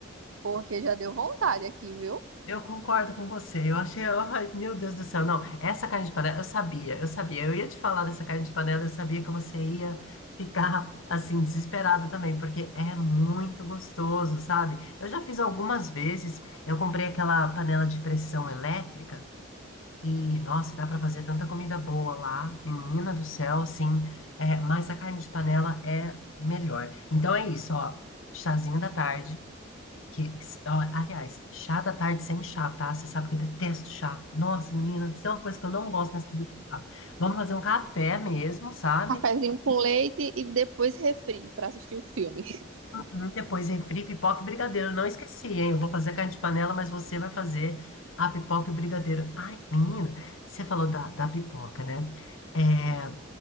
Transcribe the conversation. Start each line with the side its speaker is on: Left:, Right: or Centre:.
Right: porque já deu vontade aqui, viu?
Left: Eu concordo com você. Eu achei, ai, meu Deus do céu, não. Essa carne de panela, eu sabia, eu sabia. Eu ia te falar dessa carne de panela, eu sabia que você ia ficar assim desesperado também, porque é muito gostoso, sabe? Eu já fiz algumas vezes. Eu comprei aquela panela de pressão elétrica e, nossa, dá pra fazer tanta comida boa lá, menina do céu, assim. É, mas a carne de panela é melhor. Então é isso, ó. Chazinho da tarde. Que, que s- ó, aliás, chá da tarde sem chá, tá? Você sabe que eu detesto chá. Nossa, menina, isso é uma coisa que eu não gosto nessa vida de chá. Vamos fazer um café mesmo, sabe?
Right: Cafezinho com leite e depois refri pra assistir o filme.
Left: Hum, Depois refri, pipoca e brigadeiro. Não esqueci, hein? Eu vou fazer carne de panela, mas você vai fazer a pipoca e o brigadeiro. Ai, menina, você falou da, da pipoca, né? É,